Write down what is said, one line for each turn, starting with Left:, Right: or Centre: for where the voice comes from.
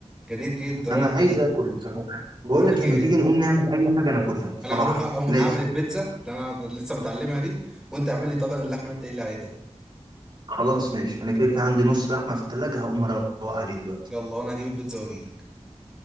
Centre: جريت ريقي بطريقة
Right: انا عايز
Centre: غريبة
Right: اكل بصراحه بقول
Centre: بقول
Right: لك
Centre: لك
Right: إيه،
Centre: إيه
Right: ما تيجي نقوم نعمل اي حاجه ناكلها بصراحه
Centre: أنا هروح أقوم
Right: لازم
Centre: هعمل البيتزا اللي أنا لسه متعلمها دي وأنت اعمل لي طاجن اللحمة اللي أنت قايل لي عليه ده
Right: خلاص ماشي انا كده كده عندي نص لحمه في التلاجة هقوم اروق عليه دلوقتي
Centre: يلا وأنا هجيب البيتزا وأجيلك